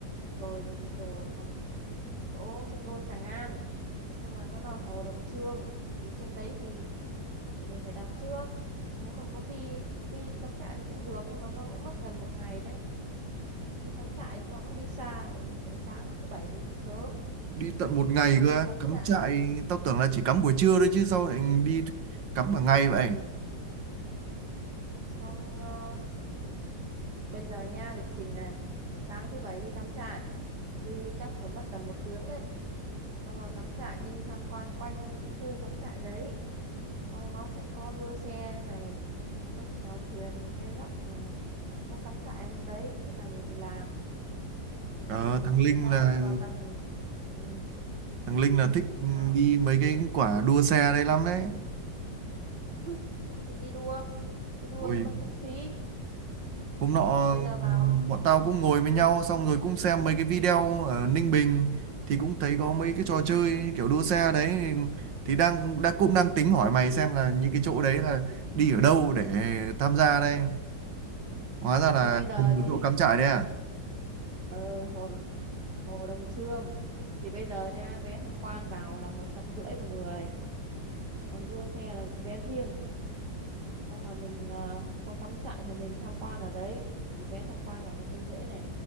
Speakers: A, on the right (about 65°); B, on the right (about 80°).
A: đồi đồ à, chỗ sân gôn Tràng An nhưng mà nó là hồ Đồng Trương thì trên đấy thì, thì mình phải đặt trước. Nếu mà muốn đi đi cắm trại thì cũng được nhưng mà nó cũng mất gần một ngày đấy. Đi cắm trại thì nó cũng đi xa vậy thì phải sáng thứ bảy phải đi sớm
B: đi tận một ngày
A: xong rồi
B: cơ
A: đi
B: á.
A: cắm
B: cắm
A: trại
B: trại tao tưởng là chỉ cắm buổi trưa thôi chứ sao lại đi cắm cả ngày vậy
A: xong ờ, bây giờ nha lịch trình này sáng thứ bảy đi cắm trại đi chắc phải mất tầm một tiếng đấy xong rồi cắm trại đi tham quan quanh cái khu cắm trại đấy xong nó sẽ có đua xe này nó có chèo thuyền cây gác này nó có cắm trại trong đấy thích làm gì thì làm
B: Ờ,
A: thì nó
B: thằng
A: cũng
B: Linh
A: chỉ dao
B: là
A: động vào tầm ừ,
B: thằng Linh là thích
A: sao
B: đi mấy cái quả đua xe đây lắm đấy
A: <laughs> thế thì đi đua đi đua
B: Ui
A: thì mất thêm phí
B: Hôm nọ
A: bây giờ vào
B: bọn tao cũng ngồi với nhau xong rồi cũng xem mấy cái video ở Ninh Bình thì cũng thấy có mấy cái trò chơi kiểu đua xe đấy thì đang đã cũng đang tính hỏi mày xem là những cái chỗ đấy là đi ở đâu để tham gia đây. Hóa ra là
A: thì bây giờ
B: cùng
A: đi
B: một chỗ cắm trại đấy à?
A: ờ, hồ hồ Đồng Trương thì bây giờ nha vé tham quan vào là một trăm rưỡi một người còn đua xe là vé riêng xong là mình ờ, không cắm trại thì mình tham quan ở đấy thì vé tham quan là một trăm rưỡi này